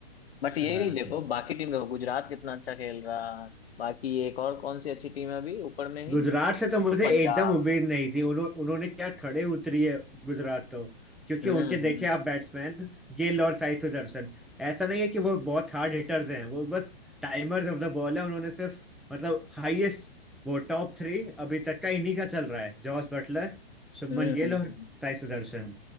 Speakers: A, on the left; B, in the centre.
A: बट यही
B: <laughs> हाँ
A: नहीं देखो बाकी टीम देखो गुजरात कितना अच्छा खेल रहा है बाकी एक और कौन सी अच्छी टीम है अभी ऊपर में ही
B: गुजरात से तो मुझे
A: पंजाब
B: एकदम उम्मीद नहीं थी उन्हों, उन्होंने क्या खड़े उतरी है गुजरात तो क्योंकि
A: हम्म
B: उनके देखे
A: हम्म
B: आप बैट्समैन गिल और साई सुदर्शन ऐसा नहीं है कि वो बहुत हार्ड हिटर्स हैं वो बस टाइमर्स ऑफ द बॉल है उन्होंने सिर्फ मतलब हाईएस्ट वो टॉप थ्री अभी तक का इन्हीं का चल रहा है जॉस बटलर शुभमन
A: हम्म
B: गिल
A: हम्म,
B: और
A: हम्म,
B: साई सुदर्शन